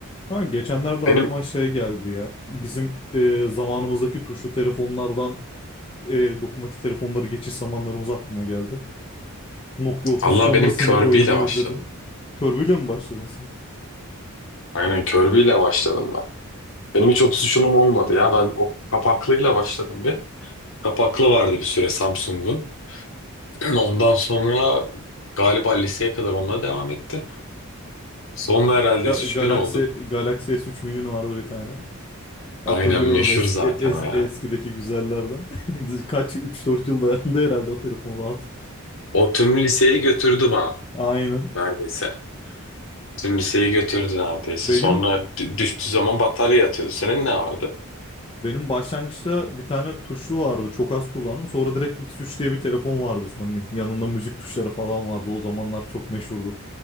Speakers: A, on the left; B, on the left.
A: Kanka geçenlerde
B: Benim
A: aklıma şey geldi ya. Bizim e, zamanımızdaki tuşlu telefonlardan e, dokunmatik telefonları geçiş zamanlarımız aklıma geldi. Nokia 3310'da
B: Allah benim
A: sinek
B: Kirby
A: oynamayı
B: ile başladım.
A: özledim. Körbeyle mi başladın sen?
B: Aynen Kirby ile başladım ben. Benim hiç 33'ünüm olmadı ya. Ben o kapaklıyla başladım bir. Kapaklı vardı bir süre Samsung'un. <clears throat> Ondan sonra galiba liseye kadar onunla devam ettim. Sonra herhalde
A: Ga-
B: S3000
A: Galaxy,
B: oldu.
A: Galaxy S3 Mini'nin vardı bir tane. Hatırlıyorum
B: Aynen meşhur
A: es-
B: zaten
A: e- es-
B: o ya.
A: eskideki güzellerden. <laughs> Kaç üç dört yıl dayandı herhalde o telefon rahat.
B: O tüm liseyi götürdü bana
A: Aynen.
B: neredeyse. Tüm liseyi götürdü neredeyse.
A: Benim
B: Sonra dü- düştüğü zaman batarya yatıyordu. Senin ne vardı?
A: Benim başlangıçta bir tane tuşlu vardı. Çok az kullandım. Sonra direkt x üç diye bir telefon vardı Sony'nin. Yanında müzik tuşları falan vardı. O zamanlar çok meşhurdu.